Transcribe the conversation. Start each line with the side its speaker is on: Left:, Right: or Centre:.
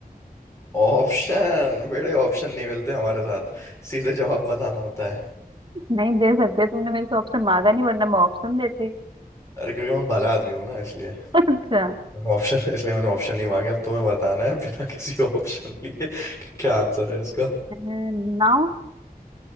Left: ऑप्शन बड़े ऑप्शन नहीं मिलते हमारे साथ सीधे जवाब बताना होता है
Right: नहीं दे सकते तुमने मेरे से ऑप्शन मांगा नहीं वरना मैं ऑप्शन देती <laughs>
Left: अरे क्योंकि मैं भला आदमी हूँ ना इसलिए
Right: अच्छा
Left: ऑप्शन इसलिए मैंने ऑप्शन नहीं मांगे अब तुम्हें बताना है बिना किसी <laughs> ऑप्शन लिए कि क्या आंसर है इसका
Right: अ, नाव